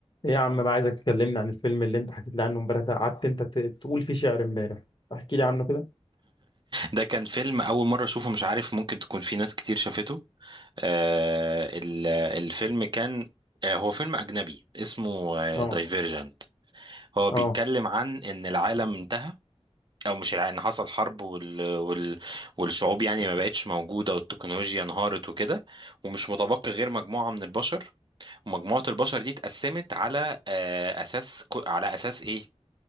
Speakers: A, on the left (about 45°); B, on the right (about 40°).
A: ايه يا عم بقى عايزك تكلمني عن الفيلم اللي انت حكيت لي عنه امبارح ده قعدت انت ت- تقول فيه شعر امبارح احكي لي عنه كده
B: ده كان فيلم أول مرة أشوفه مش عارف ممكن تكون في ناس كتير شافته آه ال- الفيلم كان آه هو فيلم أجنبي اسمه
A: اه
B: دايفيرجنت هو بيتكلم
A: اه
B: عن إن العالم انتهى أو مش الع- إن حصل حرب وال... وال... والشعوب يعني ما بقتش موجودة والتكنولوجيا انهارت وكده ومش متبقي غير مجموعة من البشر ومجموعة البشر دي اتقسمت على آه أساس على أساس إيه